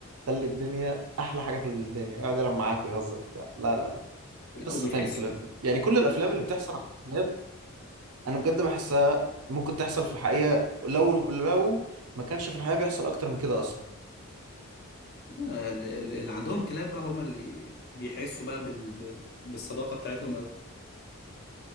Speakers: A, on the right; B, on the left.
A: خلي الدنيا احلى حاجه في الدنيا يقعد يلعب معاك ويهزر وبتاع لا لا لا
B: <laughs> لا
A: قصه
B: وبيحسوا
A: تاني الكلاب
B: يعني
A: دي يعني كل الافلام اللي بتحصل على الكلاب انا بجد بحسها ممكن تحصل في الحقيقه لو لو ما كانش في الحقيقه بيحصل اكتر من كده اصلا
B: آه، اللي اللي عندهم كلاب بقى هم اللي بيحسوا بقى بال... ب- بالصداقة بتاعتهم قوي